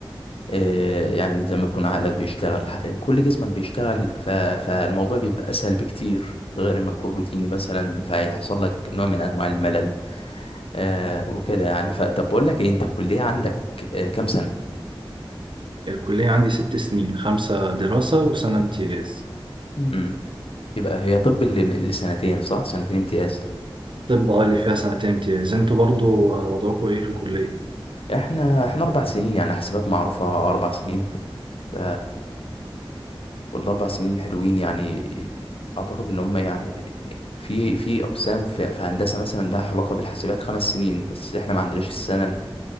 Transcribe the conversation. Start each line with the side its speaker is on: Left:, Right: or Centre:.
Left: آه، يعني زي ما يكون عقلك بيشتغل ح- كل جسمك بيشتغل ف... فالموضوع بيبقى أسهل بكتير غير ما تكون روتيني مثلا فهيحصل لك نوع من أنواع الملل آه وكده يعني فطب بقول لك إيه أنت الكلية عندك آه كام سنة؟
Right: الكلية عندي ست سنين خمسة دراسة وسنة امتياز
Left: مم. امم يبقى هي طب اللي اللي سنتين صح؟ سنتين امتياز
Right: طب اه اللي فيها سنتين امتياز انتوا برضو وضعكم ايه في الكلية
Left: احنا احنا أربع سنين يعني حسابات معروفة أربع سنين ف- والاربع سنين حلوين يعني اعتقد ان هم يعني في في اقسام في, في هندسه مثلا لها علاقه بالحاسبات خمس سنين بس احنا ما عندناش السنه